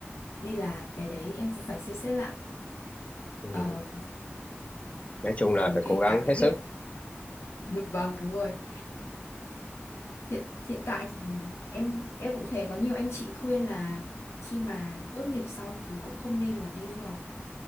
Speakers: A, on the left; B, on the left.
A: nên là cái đấy em cũng phải xem xét lại
B: ừ.
A: Ờ,
B: nói chung là
A: còn
B: phải
A: cái
B: cố gắng
A: cả cái
B: hết sức
A: việc <laughs> vâng đúng rồi hiện hiện tại thì em em cũng thấy có nhiều anh chị khuyên là khi mà tốt nghiệp xong thì cũng không nên là đi du học